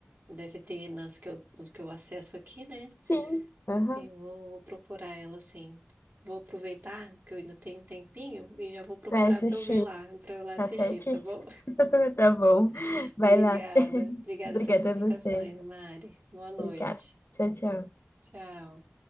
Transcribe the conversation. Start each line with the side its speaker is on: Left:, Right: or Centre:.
Right: Deve ter nas que eu, nos que eu acesso aqui, né?
Left: Sim, aham.
Right: Eu vou procurar ela, sim. Vou aproveitar que eu ainda tenho um tempinho e já vou procurar
Left: Vai assistir.
Right: pra eu ver lá, pra eu lá assistir,
Left: Tá certíssimo.
Right: tá bom?
Left: <laughs> Tá bom.
Right: <laughs>
Left: Vai
Right: Obrigada.
Left: lá. <laughs>
Right: Obrigada
Left: Obrigada
Right: pelas indicações,
Left: a você.
Right: Mari. Boa noite.
Left: Obrigada. Tchau, tchau.
Right: Tchau.